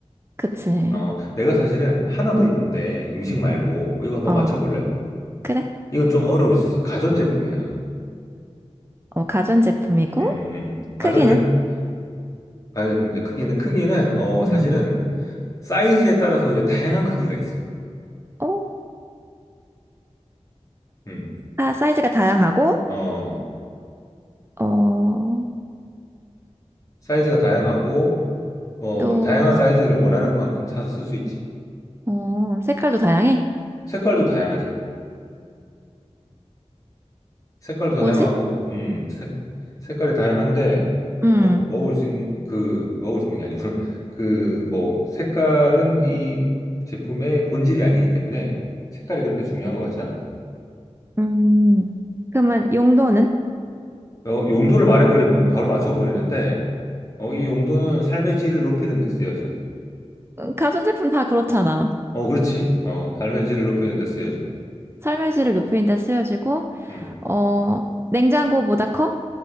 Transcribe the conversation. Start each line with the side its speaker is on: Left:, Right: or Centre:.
Right: 그치.
Left: 어, 내가 사실은 하나 더
Right: 음,
Left: 있는데 음식 말고 어, 이거 한번
Right: 어,
Left: 맞춰볼래?
Right: 그래.
Left: 이건 좀 어려울 수 있어. 가전제품이야.
Right: 어, 가전제품이고,
Left: 음, 음. 가전제품.
Right: 크기는?
Left: 반대품입니다. 크기는 크기는 어 사실은
Right: 음.
Left: 사이즈에 따라서 이제 다양한 크기가 있어.
Right: 어?
Left: 음.
Right: 아, 사이즈가 다양하고,
Left: 어
Right: 어,
Left: 사이즈가 다양하고 뭐
Right: 또,
Left: 다양한 사이즈를 원하는 만큼 사서 쓸 수 있지.
Right: 어, 색깔도 다양해?
Left: 색깔도 다양하지. 색깔도 다양하고
Right: 뭐지?
Left: 음 색, 색깔이 다양한데
Right: 음,
Left: 뭐 먹을 수 있는 그 먹을 수 있는 게 아니구나. <laughs> 그 뭐 색깔은 이 제품의 본질이 아니기 때문에 색깔이 그렇게 중요한 것 같지 않아.
Right: 음. 그러면 용도는?
Left: 어, 용도를 말해버리면 바로 맞춰버리는데, 어, 이 용도는 삶의 질을 높이는 데 쓰여져.
Right: 음, 가전제품 다 그렇잖아.
Left: 어, 그렇지. 어, 삶의 질을 높이는 데 쓰여져.
Right: 삶의 질을 높이는 데 쓰여지고,
Left: 음.
Right: 어, 냉장고보다 커?